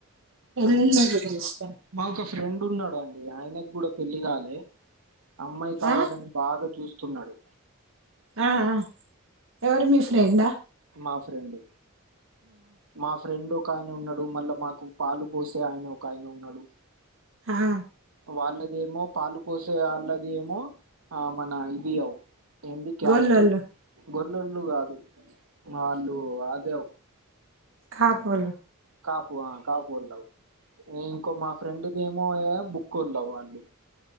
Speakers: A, on the right; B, on the right.
A: ఎల్లిం <inaudible>
B: మాకు ఓక ఫ్రెండ్ ఉన్నడు అండి ఆయనకి కూడ పెళ్ళి కాలే అమ్మాయి కావాలని
A: ఆ
B: బాగా చూస్తున్నడు
A: ఆ ఆ ఎవరు మీ ఫ్రెండా
B: మాఫ్రెండు మా ఫ్రెండ్ ఒక ఆయన ఉన్నడు మళ్ళ మాకు పాలు పోసే ఆయన ఒక ఆయన ఉన్నాడు
A: ఆహ్
B: వాళ్ళదేమో పాలు పోసే అళ్ళదేమో ఆ మన ఇది అవు ఏంది క్యాస్ట్
A: గొల్లోళ్ళు
B: గొల్లోల్ళు కాదు వాళ్ళు అదవ్
A: కాపొల్లు
B: కాపు ఆ కాపొల్లు ఔ ఇంకో మా ఫ్రెండ్కి ఏమో ఏం బుక్ ఉండవు అండి